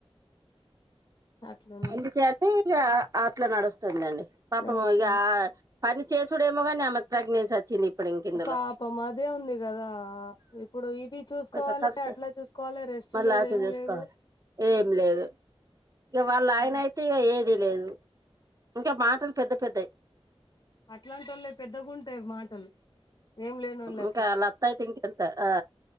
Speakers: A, on the left (about 45°); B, on the right (about 35°).
A: అట్లా
B: ఇట్లనే ఇగ అట్లా నడుస్తుందండి పాపము
A: ఓకే
B: ఇగ పనిచేసుడు ఏమో గాని ఆమెకి ప్రెగ్నెన్సీ వచ్చింది ఇప్పుడు ఇంక ఇందులో
A: పాపం అదే ఉంది కదా ఇప్పుడు ఇది చూసుకోవాలే
B: కొంచెం కష్టం
A: అట్లా చూస్ కోవలే రెస్ట్
B: మళ్ళీ
A: లేదు
B: అటు
A: ఏం
B: చూసుకోవాలి
A: లేదు
B: ఏం లేదు ఇక వాళ్ళ
A: సరే
B: ఆయన అయితే ఇగ ఏది లేదు ఇంకా మాటలు పెద్ద పెద్దయి
A: అట్లాంటి వాళ్ళయే పెద్దగా ఉంటాయి మాటలు ఏం లేనోళ్ళకి
B: ఇంకా లత్త అయితే ఇంకెంత ఆ